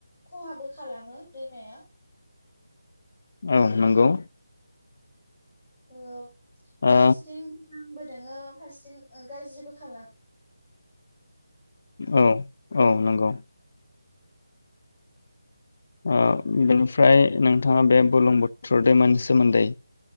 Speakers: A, on the left; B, on the left.
A: खहाबो खालामो दैमाया।
B: औ नंगौ।
A: ओ फारसेथिं
B: ओ
A: बो दोङो फारसेथिं ओ गाज्रिबो खालामो
B: औ औ नंगौ। ओ बेनिफ्राय नोंथांङा बे बुलुं बुथुर दैमानि सोमोन्दै